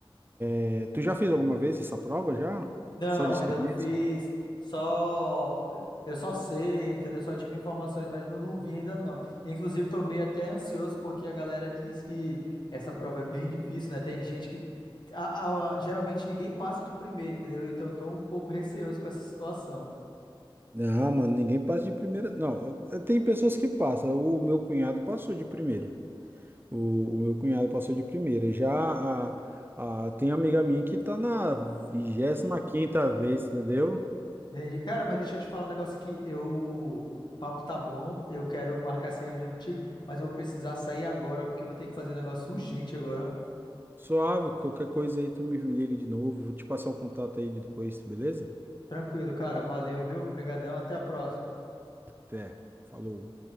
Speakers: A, on the right; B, on the left.
A: É, Tu já fez alguma vez essa prova já?
B: Não,
A: Só de experiência?
B: ainda não fiz. Só eu só sei, entendeu? Só tive informações, mas não, não vi ainda não. Inclusive, tô meio até ansioso porque a galera diz que essa prova é bem difícil, né? Tem gente que a- a- geralmente ninguém passa de primeiro, entendeu? Então, eu tô um pouco receoso com essa situação.
A: Não, mano, ninguém passa de primeira. Não, eh, tem pessoas que passam. O meu cunhado passou de primeira. O, o meu cunhado passou de primeira. Já a, a- tem amiga minha que tá na vigésima quinta vez, entendeu?
B: Entendi. Cara, mas deixa eu te falar um negócio aqui. Eu, o papo tá bom, eu quero marcar essa reunião contigo, mas eu vou precisar sair agora, ó, porque eu vou ter que fazer um negócio urgente agora.
A: Suave, qualquer coisa aí tu me liga de novo. Vou te passar o contato aí de depois, beleza?
B: Tranquilo, cara. Valeu, viu? Obrigadão, até a próxima.
A: Até. Falou.